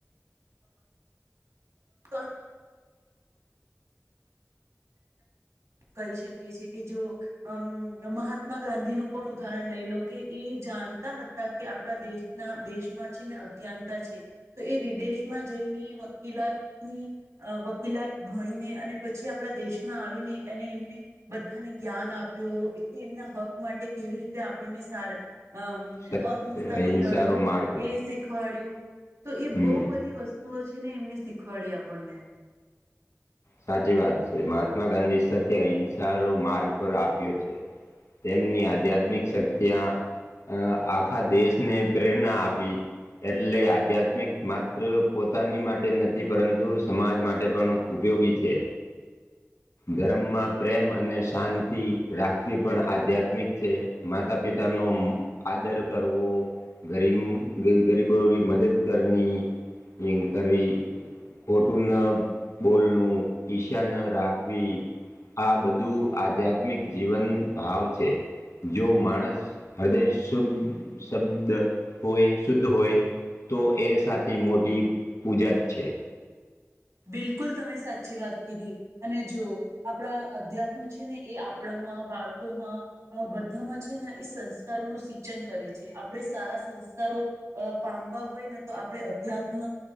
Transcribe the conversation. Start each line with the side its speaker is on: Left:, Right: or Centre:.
Right: <unintelligible> <unintelligible> કહી શકીએ છીએ કે જો અમ મહાત્મા ગાંધી નું પણ ઉદાહરણ લઈ લો કે એ જાણતા હતા કે આપણા દેશ ના દેશમાં છે ને અજ્ઞાનતા છે તો એ વિદેશમાં જઈને વકીલાતની અ વકીલાત ભણીને અને પછી આપણા દેશમાં આવીને એને એમને બધાને જ્ઞાન આપ્યું એટલે એમના હક માટે કેવી રીતે આપણને સાર અમ
Left: સત્ય
Right: અહિંસાથી
Left: અહિંસારો
Right: લડવું
Left: માર્ગ
Right: એ શીખવાડ્યું તો એ
Left: હમ
Right: બહુ બધી વસ્તુ સ્તુઓ છે ને એમને શીખવાડી આપણને
Left: સાચી વાત છે મહાત્મા ગાંધી સત્ય અહિંસો માર્ગ પર આપ્યો છે. તેમની આધ્યાત્મિક શક્ત્યા અ આખા દેશને પ્રેરણા આપી. એટલે આધ્યાત્મિક માત્ર પોતાની માટે નથી પરંતુ સમાજ માટે પણ ઉપયોગી છે. ધર્મમાં પ્રેમ અને શાંતિ રાખવી પણ આધ્યાત્મિક છે. માતા પિતા નો આદર કરવો ગરીમ ગરીબોની મદદ કરની કરવી ખોટું ન બોલનું ઈશા ન રાખવી. આ બધું આધ્યાત્મિક જીવન ભાવ છે. જો માણસ હૃદય શુ શબ્દ હોય શુદ્ધ હોય તો એ સાચી મોટી પૂજા છે.
Right: બિલકુલ તમે સાચી વાત કીધી. અને જો આપણા અધ્યાત્મ છે ને એ આપણામાં બાળકોમાં અ બધામાં છે, ને એ સંસ્કારોનું સિંચન કરે છે, આપડે સારા સંસ્કારો અ પામવા હોયને તો આપડે અધ્યાત્મ